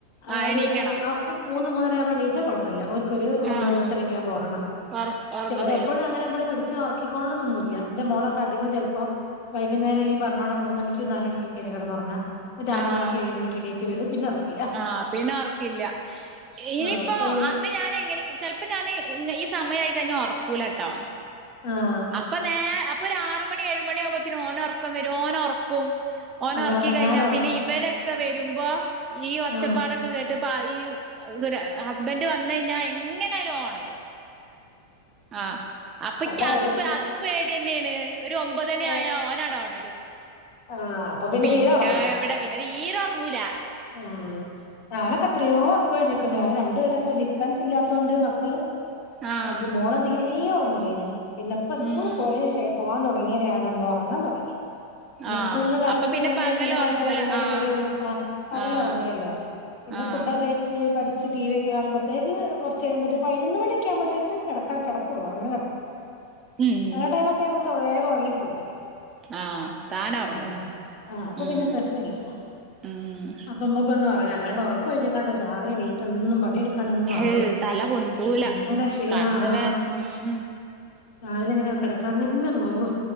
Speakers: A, on the left (about 50°); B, on the right (about 25°).
A: ആ
B: ആഹ്
A: ഒരു
B: എണീക്കണം
A: അ മൂന്ന് മൂന്നരാവുമ്പോ എണീറ്റ കൊയ് പ്പല്ല ഓര്ക്കൊരു ഒമ്പ
B: ആഹ്
A: മണി പത്ത് മണി ഒക്കെ ആവുമ്പോ ഒറങ്ങാം
B: ഒറ ഒറങ്ങ
A: പക്ഷെ ഇവരെപ്പോഴും
B: വരും
A: അങ്ങനെ മ്മള് പി ച്ച ഒർക്കിക്കോൾണംന്നൊന്നുല്ല ന്റെ മോളൊക്കെ അധികം ചെൽപ്പോം വൈകുന്നേരം ഈ പർഞ്ഞോണം മൂന്നണിക്കും നാലണിക്കോക്കെ കെടന്നൊർങ്ങാ ഒരു ആറ്
B: ആഹ്
A: മണിക്ക് ഏഴ് മണക്ക് എണീറ്റ് വരും പിന്നെ ഒറക്കില്ല.
B: ആഹ് പിന്നെ ഒർക്കില്ല ഇനിയിപ്പോ
A: ആ അപ്പൊ പിന്നെ
B: അന്ന് ഞാന് എങ്ങനെ ചെലപ്പോ ഞാന് ഈ സമയമായി കഴിഞ്ഞാൽ ഉറക്കൂലട്ടോ.
A: ആഹ്.
B: അപ്പൊ നേ അപ്പൊ ഒരു ആറ് മണി ഏഴുമണി ആകുമ്പത്തേനും ഓനോറക്കം വരും ഓനോറക്കും. ഓന
A: അതാ
B: ഒറക്കി
A: തന്നാലെ
B: കഴിഞ്ഞാ
A: ഉറങ്ങും.
B: പിന്നെ ഇവരൊക്കെ വരുമ്പോ ഈ ഒച്ചപ്പാട
A: ആ
B: കേട്ട് പ്പാ ഈ ഇ ഹസ്ബൻഡ് വന്ന് കഴിഞ്ഞാൽ എങ്ങനെ ആയാലും ഓൻ ഒണരും. ആഹ് അപ്പൊക്ക്
A: അതാ
B: അതും
A: പ്രശ്നം.
B: അതും പേടി തന്നെയാണ് ഒരു ഒമ്പതണി
A: ആ
B: ആയ ഓനാട ഒണരും.
A: ആ അപ്പൊ
B: പിന്നെ
A: തീരെ ഉറങ്ങൂല.
B: എവിടെ പിന്നെ തീരെ ഉറങ്ങൂല.
A: ഉം ഞാനൊക്കെ എത്രയോ ഉറക്കോഴിഞ്ഞിക്കുന്നു ഞ രണ്ടുപേര അത്ര ഡിഫറൻസ് ഇല്ലാത്തോൊണ്ട് മക്കള്
B: ആഹ്
A: അത് മോളെ തീരേം ഉറങ്ങൂലേനി പിന്നെ ഇപ്പ സ്കൂള്
B: ഉം
A: പോയ പോവാൻ തുടങ്ങിയ താണോ ഉറങ്ങാൻ തുടങ്ങി കാരണം
B: ആഹ്
A: സ്കൂളന്ന് കളിച്ച്
B: അപ്പൊ പിന്നെ
A: നല്ല
B: പകല്
A: ക്ഷീണ
B: ഒറങ്ങൂല
A: ആയിട്ടേ വൈകുന്നേരം
B: ആഹ്
A: വരുള്ളു ആഹ്. പകൽ
B: ആഹ്
A: ഒറങ്ങൂലല്ലോ പിന്നെ
B: ആഹ്
A: ഫുഡോ കഴിച്ച് പഠിച്ച് ടിവി ഒക്കെ കാണുമ്പത്തേക്ക് കുറച്ച് കഴിയുമ്പോ പതിനൊന്ന് മണിയൊക്കെ ആകുമ്പഴത്തേക്ക് കിടക്ക കിടക്കുള്ളൂ ഉറങ്ങി
B: ഉം
A: അങ്ങനെ ടൈമ ഒക്കെ ആവുമ്പത്തേ വേഗം ഉറങ്ങിപ്പോകും പിന്നെ.
B: ആഹ് താനോറങ്ങും
A: ഉം ആഹ് അപ്പൊ
B: ഉം
A: പിന്നെ പ്രശ്നല്ല
B: ഉം.
A: അപ്പൊ അമ്മക്ക് ഒന്ന് ഒറങ്ങാ അല്ലാണ്ട് ഒറക്ക ഒഴിഞ്ഞകാണ്ട് രാവിലെ എണീറ്റ ഒന്നും പണിയെടു ക്കാനൊന്നും
B: ഹയ്
A: ആവൂല
B: തല പൊന്തൂല
A: എന്തൊരു ക്ഷീണ
B: കണ്ണ്
A: ആ
B: വേ ഉം
A: രാവിലെ എങ്ങനെ കിടക്കാന്ന് തന്നെ തോന്നു.